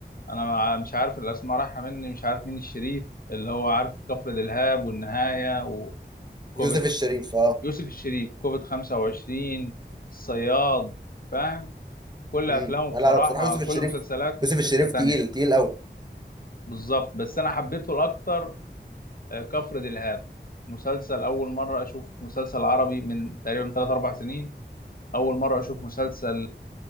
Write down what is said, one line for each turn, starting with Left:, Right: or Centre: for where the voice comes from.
Left: انا مع- مش عارف الاسماء رايحه مني مش عارف مين الشريف اللي هو عارف كفر دلهاب والنهايه وكوفيد
Right: يوسف الشريف اه
Left: يوسف الشريف كوفيد 25 الصياد فاهم كل افلامه
Right: امم لا
Left: بصراحه
Right: لا بصراحه يوسف
Left: كل
Right: الشريف
Left: مسلسلاته
Right: يوسف
Left: في
Right: الشريف
Left: حته تانية
Right: تقيل تقيل قوي
Left: بالظبط بس انا حبيته الاكتر آه، كفر دلهاب مسلسل اول مره اشوف مسلسل عربي من تقريبا 3 4 سنين اول مره اشوف مسلسل